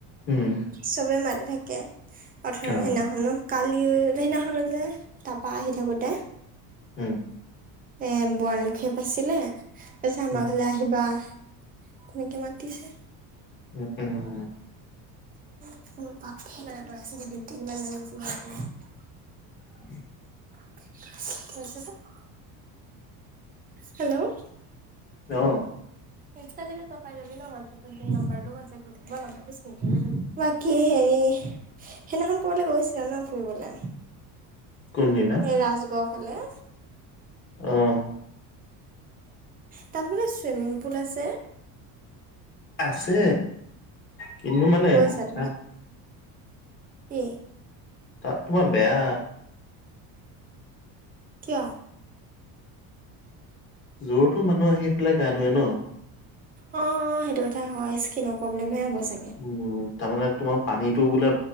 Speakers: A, on the left; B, on the right.
A: উম
B: চবে মাতি থাকে, অথ সেইদিনাখনো
A: অ
B: কালিও সেইদিনাখনো যে, তাৰপা আহি থাকোতে
A: হম
B: এ বনক্ষেপ আছিলে, তাৰপিছত আমাৰ
A: উম
B: ঘৰলে আহ আহিবা, তেনেকে মাতিছে।
A: উম, উম উম,
B: মোৰ <unintelligible>
A: <unintelligible>
B: <unintelligible> হেল্ল'
A: অ'
B: ইনষ্টা দিলে তই পাই যাবি নহ, হোৱাটছএপ মোৰ নাম্বাৰটোও আছে <unintelligible> বাকী হেৰি সেইদিনাখন ক'বালৈ গৈছিলা ন ফুৰিবলে,
A: কোনদিনা
B: এই ৰাজগড়ৰ ফালে
A: অ'
B: তাত বোলে চুইমিং পুল আছে।
A: আছে কিন্তু মানে
B: গৈছা তুমি,
A: তাত
B: কি?
A: তাত তোমাৰ বেয়া
B: কিয়?
A: যৰ-তৰ মানুহ আহি পেলাই গা ধুৱে ন
B: অ', অ', সেইটো কথা হয়, স্কিনৰ প্ৰব্লেম হে হ'ব চাগে।
A: উম, তাৰমানে তোমাৰ পানীতো বোলে